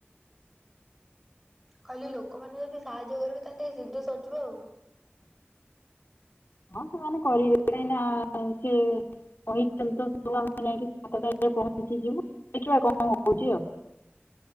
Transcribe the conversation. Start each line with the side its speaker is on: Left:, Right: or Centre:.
Centre: କହିଲି ଲୋକମାନେ ଯଦି ସାହାଯ୍ୟ କରିବେ ତାହେଲେିକ ଶୀଘ୍ର ସଜିବ ଆଉ।
Left: ହଁ ସେମାନେ କରିବେ କହିଁ ସେ। କହି ତୁ ଆମେ ଯାଇକି ସାତଟରେ ପହଞ୍ଚିଯିବୁ ଦେଖିବା କଣ ହଉଛି ଆଉ।